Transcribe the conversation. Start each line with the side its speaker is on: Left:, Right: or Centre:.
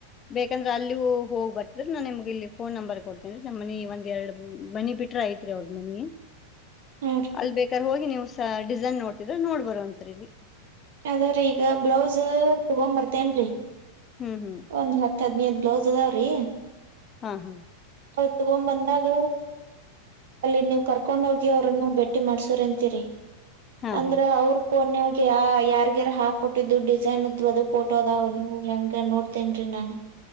Left: ಬೇಕಂದ್ರ ಅಲ್ಲೂ ಹೋಗ್ ಬರ್ತಿದ್ರ ನಾ ನಿಮ್ಗ ಇಲ್ಲಿ ಫೋನ್ ನಂಬರ್ ಕೊಡ್ತೇನೀ ನಮ್ಮ ಮನಿ ಒಂದ ಎರಡ ಮನಿ ಬಿಟ್ರ ಐಯ್ತ. ಐತ್ರಿ ಅವ್ರ ಮನಿ
Right: ಹಾ ರೀ
Left: ಅಲ್ ಬೇಕಾರ ಹೋಗಿ ನೀವ ಸ ಡಿಸೈನ್ ನೋಡ್ತಿದ್ರ ನೋಡ್ಬರ ಅಂತ್ರರಿ.
Right: ಆದರಿ ಈಗ ಬ್ಲೌಸ್ ತುಗೊಂದ ಬರ್ತೇನ್ರೀ.
Left: ಹ್ಮ ಹ್ಮ.
Right: ಒಂದ್ ಹತ್ತ ಹದ್ನೈದ ಬ್ಲೌಸ್ ಅದಾವ್ರೀ.
Left: ಹಾ ಹಾ
Right: ಅವ ತುಗೊಂದ ಬಂದಾಗ ಅಲ್ಲಿ ನೀವ್ ಕರ್ಕೊಂಡ ಹೋಗಿ ಅವ್ರನ್ನ ಭೇಟ್ಟಿ ಮಾಡ್ಸ ಅಂತೀರಿ.
Left: ಹಾ
Right: ಅಂದ್ರ
Left: ರೀ
Right: ಅವ್ರ ಫೋನ್ ನ್ಯಾಗ ಯಾ ಯಾರ್ಗ್ಯಾರ ಹಾಕ್ಕ ಕೊಟ್ಟಿದ್ದು ಡಿಸೈನ್ದ್ದುಪೋಟೋ ಅದ ಅವನ ಹೆಂಗ ನೋಡ್ತೇನ್ರೀ ನಾನ್.